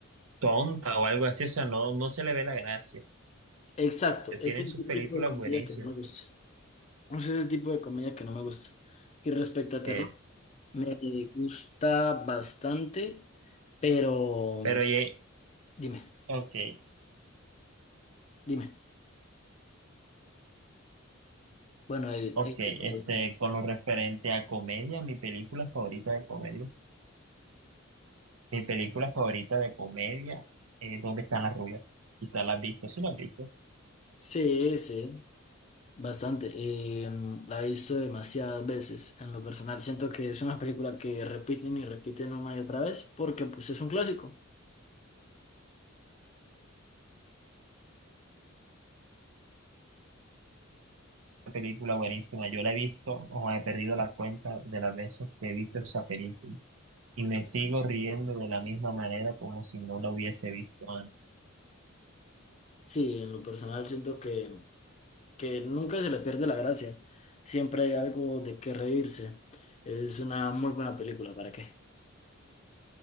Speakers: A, on the right; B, on the left.
A: tonta o algo así, o sea, no, no se le ve la gracia.
B: Exacto,
A: Ellos
B: ese
A: tienen sus
B: es el
A: películas
B: tipo de comedia
A: buenísimas.
B: que no me gusta. Ese es el tipo de comedia que no me gusta. Y respecto a terror,
A: Exacto.
B: me gusta bastante, pero
A: Pero oye,
B: dime,
A: ok,
B: dime. Bueno, eh,
A: ok,
B: eh, eh,
A: este, con lo referente a comedia, mi película favorita de comedia, mi película favorita de comedia es ¿Dónde están las rubias? Quizás la has visto, sí la has visto.
B: sí, sí, bastante. Eh, la he visto demasiadas veces. En lo personal, siento que es una película que repiten y repiten una y otra vez porque pues es un clásico.
A: Una película buenísima, yo la he visto, o he perdido la cuenta de las veces que he visto esa película. Y me sigo riendo de la misma manera como si no la hubiese visto antes.
B: Sí, en lo personal siento que que nunca se le pierde la gracia. Siempre hay algo de qué reírse. Es una muy buena película, ¿para qué?